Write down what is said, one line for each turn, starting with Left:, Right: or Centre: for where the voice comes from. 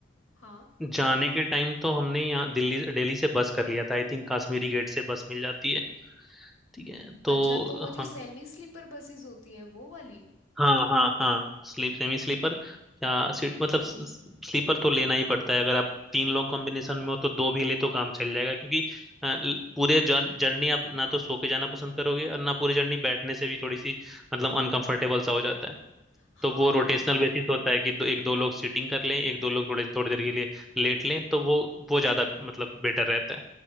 Left: हाँ
Centre: जाने के टाइम तो हमने यहाँ दिल्ली दिल्ली से बस कर लिया था आई थिंक कश्मीरी गेट से बस मिल जाती है ठीक है तो
Left: अच्छा तो वो जो
Centre: हाँ
Left: सेमी स्लीपर बसेस होती हैं वो वाली
Centre: हाँ हाँ हाँ स्लीप सेमी स्लीपर या सीट मतलब स्लीपर तो लेना ही पड़ता है अगर आप तीन लोग कॉम्बिनेशन में हो तो दो भी ले तो काम चल जाएगा क्योंकि अ, ल- पूरे जर्नी आप ना तो सो के जाना पसंद करोगे और ना पूरी जर्नी बैठने से भी थोड़ी सी मतलब अनकंफर्टेबल सा हो जाता है
Left: हाँ
Centre: तो वो
Left: न-
Centre: रोटेशनल बेसिस होता है कि दो, एक दो लोग सीटिंग कर लें एक दो लोग थोड़े थोड़ी देर के लिए लेट लें तो वो वो ज्यादा मतलब बेटर रहता है